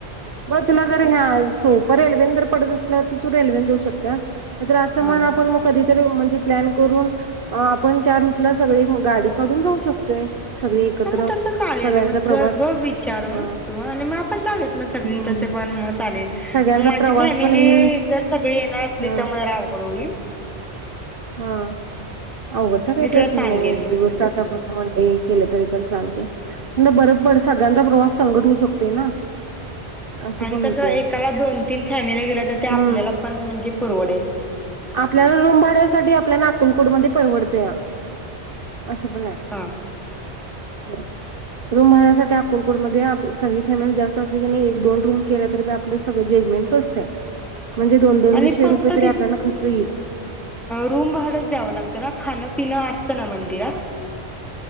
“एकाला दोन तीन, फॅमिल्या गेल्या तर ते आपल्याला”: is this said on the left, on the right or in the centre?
Centre